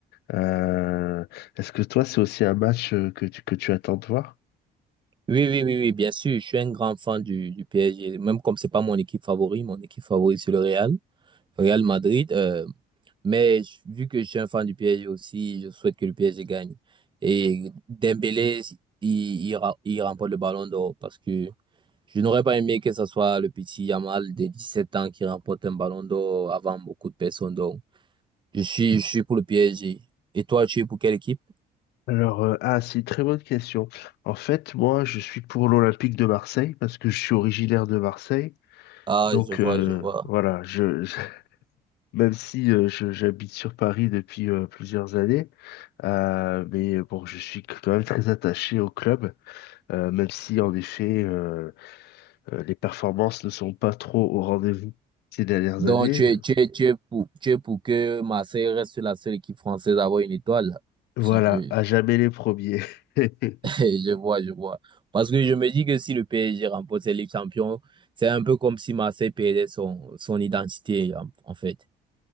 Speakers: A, on the left (about 75°); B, on the right (about 30°).
A: Euh, est-ce que toi, c'est aussi un match euh, que tu, que tu attends de voir?
B: Oui, oui, oui, oui, bien sûr, je suis un grand fan du, du PSG, même comme c'est pas mon équipe favorite, mon équipe favorite c'est le Real, le Real Madrid, euh, mais je- vu que je suis un fan du PSG aussi, je souhaite que le PSG gagne. Et Dembélé, il, il, ra- il remporte le ballon d'or parce que je n'aurais pas aimé que ce soit le petit Yamal de 17 ans qui remporte un ballon d'or avant beaucoup de personnes. Donc, je suis, je suis pour le PSG. Et toi, tu es pour quelle équipe?
A: Alors, euh, ah, c'est une très bonne question. En fait, moi, je suis pour l'Olympique de Marseille parce que je suis originaire de Marseille.
B: Ah,
A: Donc,
B: je vois,
A: euh,
B: je vois.
A: voilà, je, je- <laughs> même si euh, je- j'habite sur Paris depuis euh, plusieurs années, euh, mais bon, je suis quand même très attaché au club, euh, même si, en effet, euh, euh, les performances ne sont pas trop au rendez-vous ces dernières
B: Donc,
A: années.
B: tu es, tu es, tu es pour, tu es pour que Marseille reste la seule équipe française à avoir une étoile.
A: Voilà,
B: Si je,
A: à jamais les premiers. <laughs>
B: <laughs> je vois, je vois. Parce que je me dis que si le PSG remporte cette Ligue Champion, c'est un peu comme si Marseille perdait son, son identité, en, en fait.